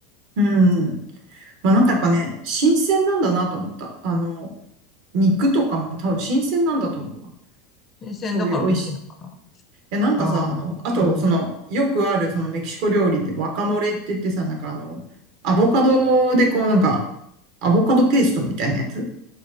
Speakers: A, on the right; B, on the left.
A: うん。まあなんかやっぱね、新鮮なんだなと思った。あの、肉とかも多分新鮮なんだと思うわ。
B: 新鮮だから美味しいのかな。
A: そういう美味しい。いや、なんかさ、
B: ああ、
A: あの、あと、
B: うん。
A: その、よくある、そのメキシコ料理でワカモレって言ってさ、なんかあの、アボカドでこう、なんか、アボカドペーストみたいなやつ